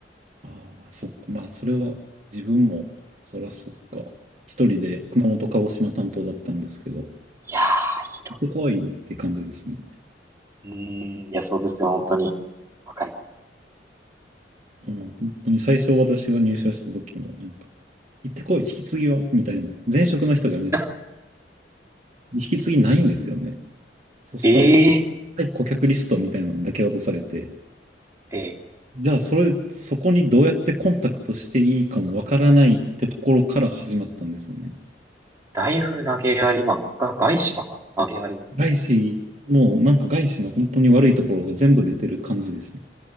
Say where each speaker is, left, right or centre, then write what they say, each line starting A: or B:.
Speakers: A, on the right (about 40°); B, on the right (about 15°).
A: ああ、まあ、そっか。まあ、それは自分も、そらそっか。一人で熊本、鹿児島担当だったんですけど、
B: いやー、広
A: 行ってこいって感じですね。
B: い。うーん、いや、そうですよ、本当に。わかります。
A: もう本当に最初私が入社した時も、なんか、行ってこい、引き継ぎはみたいな。前職の人が辞めてて、
B: <laughs>
A: 引き継ぎないんですよね。そしたら、
B: ええー
A: はい、顧客リストみたいなのだけ渡されて、
B: ええ
A: じゃあそれ、そこにどうやってコンタクトしていいかもわからないってところから始まったんですよね。
B: だいぶ投げやり、まあ、が、外資だから、投げやり。
A: 外資、もうなんか外資の本当に悪いところが全部出てる感じですね。